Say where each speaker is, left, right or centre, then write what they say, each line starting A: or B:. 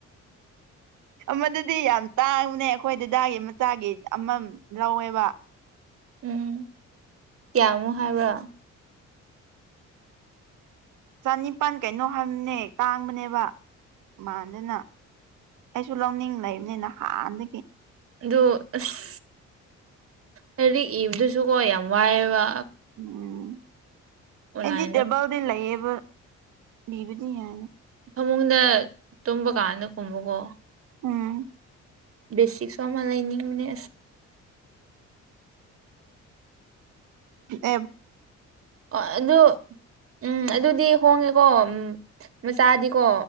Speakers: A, on the right; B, on the right.
A: ꯃꯗꯨꯗꯤ ꯌꯥꯝ ꯇꯥꯡꯕꯅꯦ ꯑꯩꯈꯣꯏ ꯗꯦꯗꯥꯒꯤ ꯃꯆꯥꯒꯤ ꯑꯃꯝ ꯂꯧꯋꯦꯕ
B: ꯎꯝ ꯀꯌꯥꯃꯣ ꯍꯥꯏꯕ꯭ꯔꯣ
A: ꯆꯅꯤꯄꯥꯟ ꯀꯩꯅꯣ ꯍꯥꯏꯕꯅꯦ ꯇꯥꯡꯕꯅꯦꯕ ꯃꯗꯅ ꯑꯩꯁꯨ ꯂꯧꯅꯤꯡ ꯂꯩꯕꯅꯤꯅ ꯍꯥꯟꯅꯗꯒꯤ
B: ꯑ ꯑꯁ ꯂꯗꯤꯛ ꯏꯕꯗꯨꯁꯨꯀꯣ ꯌꯥꯝ ꯋꯥꯏꯑꯦꯕ
A: ꯎꯝ
B: ꯑꯣꯟꯂꯥꯏꯟꯗ
A: ꯑꯦꯗꯤꯇꯕꯎꯗꯤ ꯂꯩꯌꯦꯕ ꯃꯤꯕꯗꯤꯌꯥ
B: ꯐꯃꯨꯡꯗ ꯇꯨꯝꯕ ꯀꯥꯟꯗ ꯀꯨꯝꯕꯀꯣ
A: ꯎꯝ
B: ꯕꯤꯁꯤꯛꯁꯨꯣ ꯑꯃ ꯂꯩꯅꯤ ꯃꯅꯤ
A: ꯑꯦ
B: ꯑꯗꯨ ꯑꯗꯨ ꯎꯝ ꯑꯗꯨꯗꯤ ꯍꯣꯡꯉꯦꯀꯣ ꯎꯝ ꯃꯆꯥꯗꯤꯀꯣ